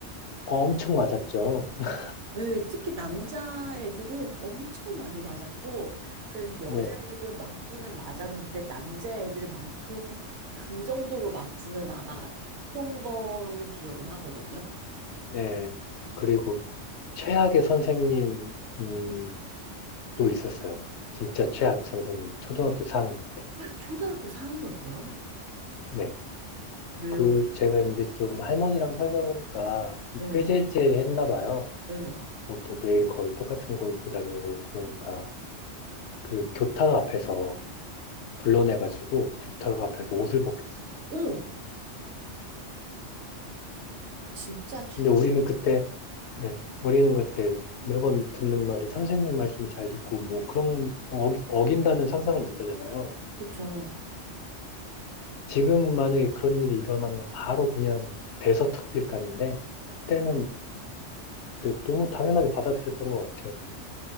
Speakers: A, on the left; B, on the right.
A: 엄청 맞았죠. <laughs>
B: 네, 특히 남자애들은 엄청 많이 맞았고, 그래서 여자애들은
A: 네.
B: 맞기는 맞았는데 남자애들만큼 그 정도로 맞지는 않았던 걸로 기억을 하거든요.
A: 네. 그리고 최악의 선생님, 음, 또 있었어요. 진짜 최악 선생님. 초등학교 4학년 때.
B: 초등학교 사학년 때요?
A: 네.
B: 왜요?
A: 그 제가 이제 좀 할머니랑 살다 보니까 좀
B: 네,
A: 꾀죄죄했나 봐요.
B: 네.
A: 옷도 매일 거의 똑같은 거 입고 다니고 그러니까 그 교탁 앞에서 불러내가지고 교탁 앞에서 옷을 벗겼어요.
B: 어머, 진짜
A: 근데 우리는 그때 예, 우리는 그때 매번 듣는 말이 선생님 말씀 잘 듣고 뭐 그런 어, 어긴다는 상상을 못 하잖아요.
B: 그쵸.
A: 지금 만약에 그런 일이 일어나면 바로 그냥 대서특필감인데 그때는 네, 너무 당연하게 받아들였던 것 같아요. 그냥.